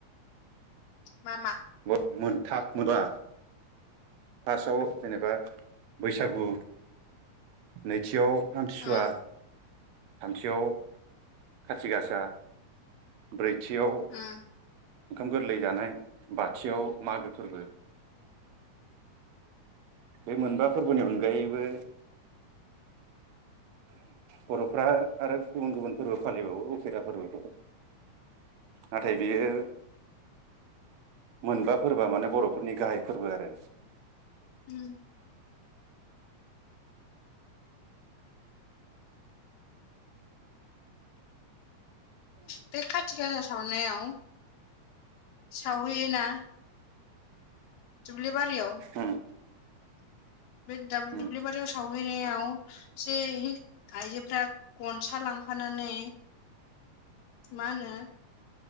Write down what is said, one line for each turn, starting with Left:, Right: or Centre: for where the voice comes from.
Left: मा मा?
Right: मो मोनथा मोनबा फार्स्टआव जेनेबा बैसागु, नैथियाव आमथिसुवा,
Left: उम
Right: थामथियाव खाथि गासा ब्रैथियाव ओंखाम
Left: उम
Right: गोरलै जानाय, बाथियाव मागो फोरबो। बे मोनबा फोरबोनि अनगायैबो
Left: <inaudible>
Right: बर'फ्रा आरो गुबुन गुबुन फोरबो फालिबावो उफेरा फोरबोफोर नाथाय बियो मोनबा फोरबोआ माने बरफोरनि गाहाय फोरबो आरो
Left: उम बे खाथि गासा सावनायाव सावहैयोना दुब्लि बारियाव
Right: उम
Left: बे
Right: उम
Left: दुब्लिबारियाव सावहै <unintelligible> आइजोफ्रा गनसा लांफानानै माहोनो